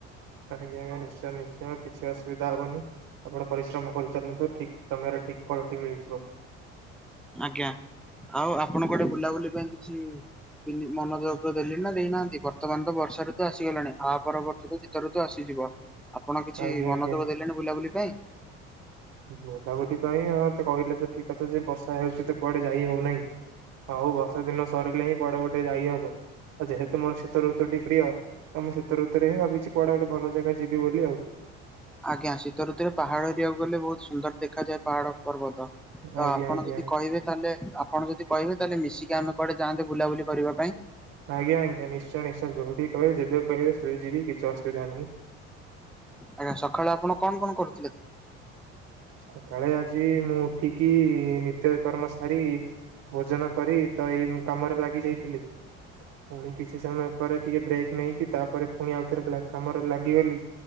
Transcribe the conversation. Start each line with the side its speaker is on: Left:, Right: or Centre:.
Right: ଆଜ୍ଞା ଆଜ୍ଞା ନିଶ୍ଚୟ ନିଶ୍ଚୟ କିଛି ଅସୁବିଧା ହବନି। ଆପଣ ପରିଶ୍ରମ କରିଚାଲନ୍ତୁ ଠିକ ସମୟରେ ଠିକ ଫଳଟି ମିଳିଯିବ।
Centre: ଆଜ୍ଞା ଆଉ ଆପଣଙ୍କ ଗୋଟେ ବୁଲାବୁଲି ପାଇଁ କିଛି ମନ ଦବରୁ ଦେଲି ନା ଦେଇନାହାନ୍ତି ବର୍ତ୍ତମାନ ତ ବର୍ଷାାରେ ତ ଆସିଗଲାଣି ଆ ପରବର୍ତ୍ତୀ ସବୁ ଶୀତ ଋତୁ ଆସିଯିବ ଆପଣ କିଛି
Right: ଆଜ୍ଞା
Centre: ମନୋଯୋଗ
Right: ଆଜ୍ଞା।
Centre: ଦେଲେଣି ବୁଲାବୁଲି ପାଇଁ।
Right: ବୁଲାବୁଲି ପାଇଁ ହଁ ତ କହିଲେ ତ ଠିକ କଥା ଯେ ବର୍ଷା ହେଉଛି ତ କୁଆଡେ ଯାଇ ହଉନାହିଁ। ହଉ ବର୍ଷା ଦିନ ସରିଲେ ହିଁ କୁଆଡେ ଗୋଟେ ଯାଇ ହବ। ଆଉ ଯେହେତୁ ମୋର ଶୀତଋତୁଟି ପ୍ରିୟ ତ ମୁଁ ଶୀତଋତୁରେ ଭାବିଛି କୁଆଡା ଗୋଟେ ଭଲ ଜାଗା ଯିବି ବୋଲି ଆଉ।
Centre: ଆଜ୍ଞା ଶୀତ ଋତୁରେ ପାହାଡ ଏରିବାକୁ ଗଲେ ବହୁତ ସୁନ୍ଦର ଦେଖାଯାଏ ପାହାଡ ପର୍ବ ତ ତ
Right: ଆଜ୍ଞା
Centre: ଆପଣ
Right: ଆଜ୍ଞା
Centre: ଯଦି କହିବେ ତାହେଲେ ଆପଣ ଯଦି କହିବେ ତାହେଲେ ମିଶିକି ଆମେ କୁଆଡେ ଯାଆନ୍ତେ ବୁଲାବୁଲି କରିବା ପାଇଁ।
Right: ଆଜ୍ଞା ଆଜ୍ଞା ନିଶ୍ଚୟ ନିଶ୍ଚୟ ଯୋଉଠି କହିବେ ଯେବେ କହିବେ ସେ ଯିବି କିଛି ଅସୁବିଧା ନାହିଁ।
Centre: ଆଜ୍ଞା ସକାଳୁ ଆପଣ କଣ କଣ କରୁ
Right: ସକାଳେ ଆଜି ମୁଁ ଉଠିକି ନିତ୍ୟ କର୍ମ ସାରି ଭୋଜନ କରି ତ ଏଇ କାମରେ ଲାଗି ଯାଇଥିଲି। ପୁଣି କିଛି ସମୟ ପରେ ଟିକେ ବ୍ରେକ୍ ନେଇକି ତାପରେ ପୁଣି ଆଉଥରେ କାମରେ ଲାଗିଗଲି।